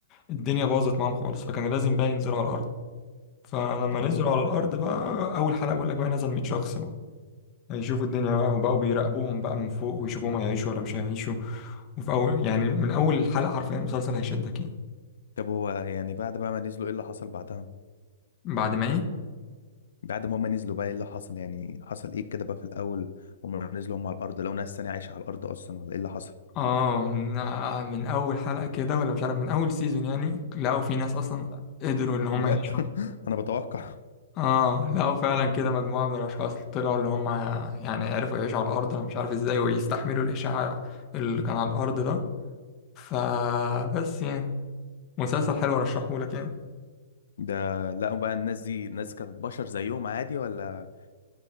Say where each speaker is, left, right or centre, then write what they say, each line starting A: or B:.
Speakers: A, on the left (about 20°); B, on the left (about 70°).
A: الدنيا باظت معاهم خالص فكان لازم بقى ينزلوا على الأرض فلما
B: اه
A: نزلوا على الأرض
B: فهمت
A: بقى
B: فهمت.
A: أول حلقة بقول لك بقى نزل 100 شخص بقى هيشوفوا الدنيا بقى وبقوا بيراقبوهم بقى من فوق ويشوفوهم هيعيشوا ولا مش هيعيشوا وفي أول يعني من أول حلقة حرفيا المسلسل هيشدك يعني
B: طب هو يعني بعد بقى ما نزلوا ايه اللي حصل بعدها
A: بعد ما إيه
B: بعد ما هما نزلوا بقى ايه اللي حصل يعني حصل ايه كده بقى في الاول هما نزلوا هما على الارض لو ناس تانية عايشة على الارض اصلا ولا ايه اللي حصل
A: آه من, آه من أول حلقة كده ولا مش عارف من أول سيزون يعني لقوا في ناس أصلا قدروا إن هم
B: بجد
A: يعيشوا
B: <laughs> انا بتوقع
A: آه لقوا فعلا كده مجموعة من الأشخاص طلعوا اللي هم يعني عرفوا يعيشوا على الأرض أنا مش عارف إزاي ويستحملوا الإشعاع اللي كان على الأرض ده فبس يعني مسلسل حلو أرشحهولك يعني
B: ده لا بقى الناس دي ناس كانت بشر زيهم عادي ولا